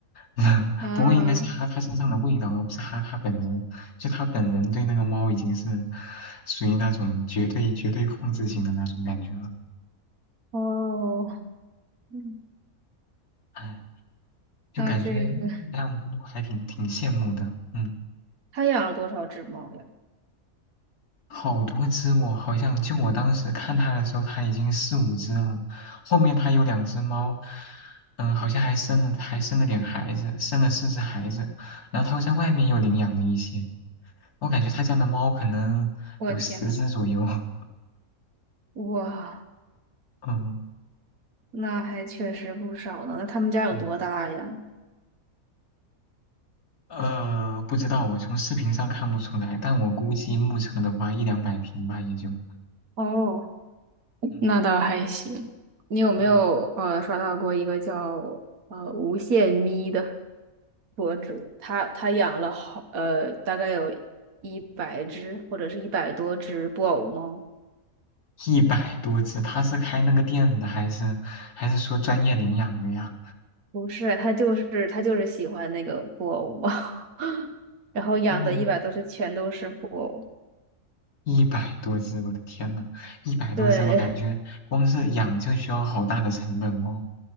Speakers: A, on the left (about 85°); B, on the right (about 75°).
A: <laughs>
B: 啊，
A: 不过应该是哈它身上的味道，而不是哈它本人，就它本人对那个猫已经是属于那种绝对绝对控制型的那种感觉了，
B: 哦，嗯
A: 唉。就感觉
B: 那这个
A: 那样还挺挺羡慕的。嗯，
B: 他养了多少只猫呀？
A: 好多只哦，好像就我当时看它的时候，它已经四五只了。后面它有两只猫，嗯，好像还生了还生了点孩子，生了四只孩子。然后它又在外面又领养了一些，我感觉它家的猫可能有十只左右。
B: 我天呐，
A: <laughs>
B: 哇，
A: 嗯，
B: 那还确实不少呢。那他们家有多大呀？
A: 对呃，不知道，我从视频上看不出来，但我估计目测的话，一两百平吧，也就。
B: 哦。
A: 嗯
B: 那倒还行。你有没有呃刷到过一个叫呃无限咪的
A: 嗯。
B: 博主？他他养了好呃大概有一百只或者是一百多只布偶猫。
A: 一百多只，他是开那个店的，还是还是说专业领养的呀？
B: 不是，他就是他就是喜欢那个布偶猫，<laughs> 然后养的一百多只全都是布偶。
A: 嗯，一百多只，我的天呐，一百多只，
B: 对，
A: 我感觉光是养就需要好大的成本哦，